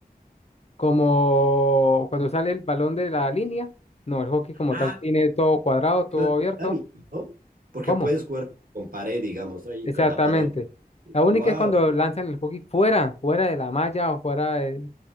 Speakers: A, on the left; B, on the right.
A: como cuando sale el balón de la línea. No, el hockey como
B: Ah,
A: tal tiene todo cuadrado, todo
B: es más
A: abierto.
B: dinámico, ¿no? Porque
A: ¿Cómo?
B: puedes jugar con pared, digamos, ¿no? Y
A: Exactamente.
B: con la pared.
A: La única
B: Wow.
A: es cuando lanzan el hockey fuera, fuera de la malla o fuera de,